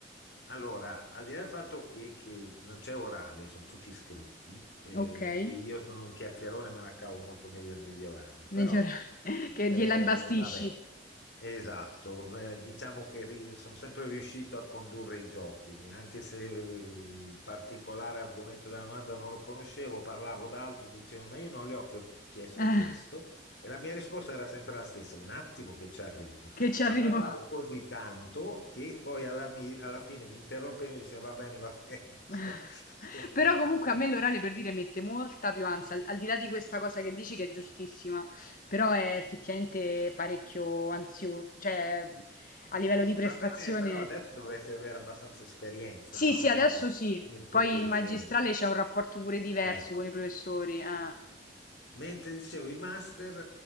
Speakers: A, on the left (about 70°); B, on the left (about 50°).
A: allora, al di là del fatto che, che non c'è orale, sono tutti scritti, eh,
B: Okay,
A: e io sono un chiacchierone, me la cavo molto meglio negli orali, però
B: negli ora <laughs> che
A: eh,
B: gliela imbastisci.
A: vabbè, esatto, Eh, diciamo che ri- sono sempre riuscito a condurre i giochi, anche se il particolare argomento della domanda non lo conoscevo, parlavo d'altro, mi dicevano, ma io non le ho chiesto
B: <laughs>
A: questo.
B: Ah,
A: E la mia risposta era sempre la stessa, un attimo che ci arrivo,
B: Che ci arrivo.
A: ma parlavo così tanto che poi alla, mi- alla fine mi interrompeva e mi diceva va bene, va bene, <laughs> cioè,
B: <laughs>
A: se ne
B: Però
A: vada.
B: comunque a me l'orale per dire mette molta più ansia, al al di là di questa cosa che dici che è giustissima, però è effettivamente parecchio ansio cioè a livello di prestazione
A: Vabbè, però adesso dovresti avere abbastanza esperienza,
B: Sì,
A: no?
B: sì,
A: Quindi
B: adesso sì.
A: nel ciò
B: Poi
A: che
B: in
A: c'è.
B: magistrale c'è un rapporto pure diverso
A: Eh.
B: con i professori, eh.
A: Mentre dicevo, i master